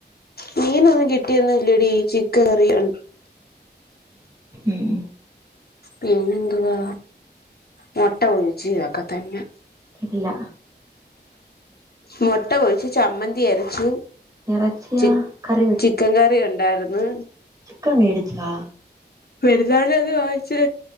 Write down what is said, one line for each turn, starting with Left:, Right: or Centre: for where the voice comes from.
Left: മീന് ഒന്നും കിട്ടിയൊന്നും ഇല്ലടി ചിക്കൻ കറിയാണ്
Right: ഉം
Left: പിന്നെന്തുവാ മുട്ട ഒഴിച്ചി അതൊക്കെ തന്നെ
Right: ഇല്ല
Left: മുട്ട ഒഴിച്ചു ചമ്മന്തി അരച്ചു
Right: ഇറച്ചിയാ
Left: ചി
Right: കറി
Left: ചിക്കൻ കറി ഉണ്ടായിര്ന്ന്
Right: ക്കംമേടിച്ചാ
Left: പെരുന്നാളിന്റന്ന് വേടിച്ച്